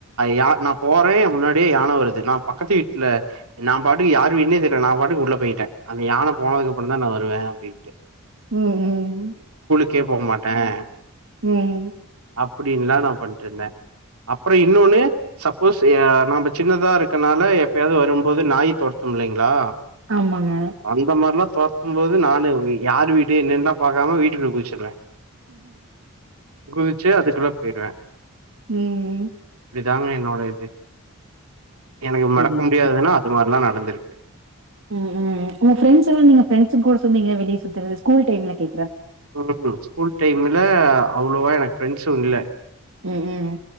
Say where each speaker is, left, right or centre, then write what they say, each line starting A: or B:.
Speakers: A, on the right (about 90°); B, on the right (about 60°).
A: யா நா போறேன் ஏ முன்னாடியே யானை வருது நான் பக்கத்து வீட்டு ல நா பாட்டுக்கு யாரு வீடுனே தெரியல நா பாட்டுக்கு உள்ள போயிட்டேன் அந்த யானை போனது அப்புறம் தான் நான் வருவேன் அப்டின்ட்டு
B: உம்-உம்
A: க்கே போக மாட்டேன்
B: உம்
A: அப்டின்லாம் நான் பண்டுருந்தேன் அப்புறம் இன்னொன்னு சப்போஸ் நம்ம சின்னதா இருக்கனால எப்பயாவது வரும்போது நாய் தொரத்தும் இல்லைங்களா
B: ஆமாங்க
A: அந்த மாதிரிலாம் தொர ட்டும் போது நான யார் வீட்டு என்னெல்லாம் பாக்காம வீட்டுக்கு குச்சுடுவே குதிச்ச அது சொல்ல போய்டுவ
B: உம் -உம்
A: இதுதாங்க என்நோடது எனக்கு
B: செரிங்க
A: மட <inaudible> அது மாதிரிலாம் நடந்திருக்கு
B: உம்- உம் உங்க ஃப்ரெஸ்லாம் நீங்க ஃப்ரெண்ஸ் கூட செந்து வெளிலா சுத்துறது ஸ்கூல் டைம்ல கே
A: ம் ஸ்கூல் டைம்ல அவ்ளோவா எனக்கு ஃப்ரெண்ட்ஸ் மட்டும் இல்ல
B: ம் ம்